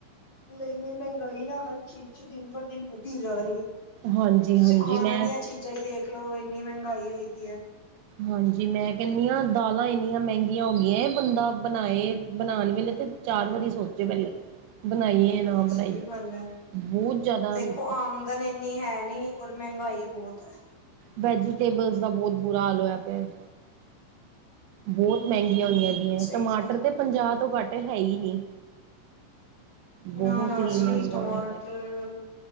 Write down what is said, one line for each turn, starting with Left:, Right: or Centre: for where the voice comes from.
Left: ਨਹੀਂ, ਨਹੀਂ ਮਹਿੰਗਾਈ ਨਾ ਹਰ ਚੀਜ਼ ਚ ਦਿਨ ਬ ਦਿਨ ਵ। ਜਾ ਰਹੀ ਹੈ
Right: ਹਾਂਜੀ
Left: ਤੁਸੀਂ
Right: ਹਾਂਜੀ
Left: ਖਾਣ
Right: ਮੈਂ
Left: ਵਾਲੀਆਂ ਚੀਜ਼ਾਂ ਹੀ ਦੇਖ ਲਓ ਇੰਨੀ ਮਹਿੰਗਾਈ ਹੋਈ ਪਈ ਏ।
Right: ਹਾਂਜੀ ਮੈਂ ਕਹਿੰਦੀ ਹਾਂ ਦਾਲਾਂ ਇੰਨੀਆਂ ਮਹਿੰਗੀਆਂ ਹੋ ਗਈਆਂ ਬੰਦਾ ਬਣਾਏ ਬਣਾਉਣ ਵੇਲੇ ਤੇ। ਚਾਰ ਵਾਰੀ ਸੋਚੇ ਪਹਿਲਾ ਬਣਾਈਏ। ਨਾ ਬਣਾਈਏ
Left: ਸਹੀ ਗੱਲ ਹੈ।
Right: ਬਹੁਤ ਜ਼ਿਆਦਾ
Left: ਦੇਖੋ
Right: ਹਮ
Left: ਆਮਦਨ ਇੰਨੀ ਹੈ ਨੀ ਔਰ ਮਹਿੰਗਾਈ ਬਹੁਤ ਹੈ।
Right: ਵੈਜੀਟੇਬਲ ਦਾ ਬਹੁਤ ਬੁਰਾ ਹਾਲ ਹੋਇਆ ਪਿਆ। ਬਹੁਤ
Left: ਹੂੰ,
Right: ਮਹਿੰਗੀਆਂ ਹੋਈਆਂ ਗੀਆ
Left: ਸਹੀ
Right: ਟਮਾਟਰ
Left: ਗੱਲ
Right: ਤੇ
Left: ਹੈ,
Right: ਪੰਜਾਹ ਤੋਂ ਘੱਟ ਹੈ ਹੀ ਨਹੀਂ।
Left: ਨਾ
Right: ਬਹੁਤ
Left: ਨਾ
Right: ਹੀ
Left: ਜੀ
Right: ਮਹਿੰਗਾ
Left: ਟਮਾਟਰ।
Right: ਹੋਇਆ ਪਿਆ